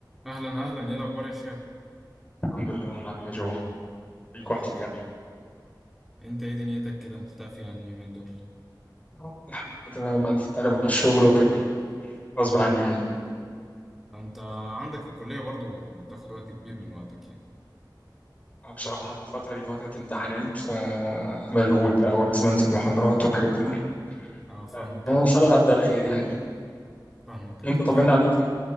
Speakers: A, in the centre; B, on the left (about 20°).
A: اهلا اهلا ايه الاخبار يا شاب
B: الحمد لله عامل ايه يا جو ليك
A: الحمد
B: واحد يا
A: لله
B: جدع
A: انت ايه دنيتك كده مختفي يعني اليومين دول
B: آه، الحمد لله تمام انت تعرف بقى الشغل وكده غصب عني يعني
A: انت عندك الكليه برضو بتاخد وقت كبير من وقتك يعني
B: آه، بصراحة الفترة دي فترة امتحانات فمشغول بقى ولازم انزل محاضرات وحاجات كده
A: اه فاهمك
B: آه، ان
A: اكيد
B: شاء الله تعدي على خير يعني
A: فاهمك اكيد
B: انت طمنا عليك